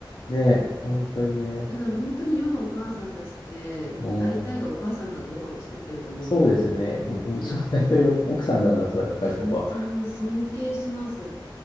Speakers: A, on the left; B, on the left.
A: ねえ、本当にね。
B: だから本当に世のお母さんたちって、
A: うん。
B: 大体がお母さんがご飯を作ってると思うんですよ。
A: そうですね。うんうちも大体お奥さんだからさ、
B: いや、ほん、
A: やっぱりそこは。
B: いや、本当にもう尊敬します。